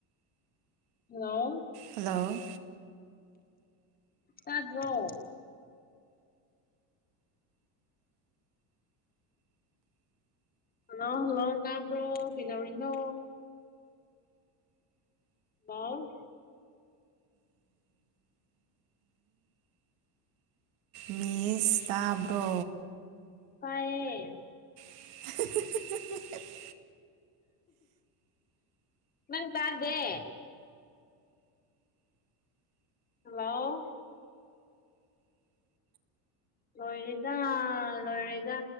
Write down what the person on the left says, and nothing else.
ꯍꯜꯂꯣ
ꯇꯥꯗ꯭ꯔꯣ ꯍꯜꯂꯣ ꯍꯜꯂꯣ ꯇꯥꯕ꯭ꯔꯣ ꯀꯩꯗꯧꯔꯤꯅꯣ ꯍꯜꯂꯣ
ꯇꯥꯏꯌꯦ
ꯅꯪ ꯇꯥꯥꯗꯦ ꯍꯜꯂꯣ ꯂꯣꯏꯔꯦꯗ ꯂꯣꯏꯔꯦꯗ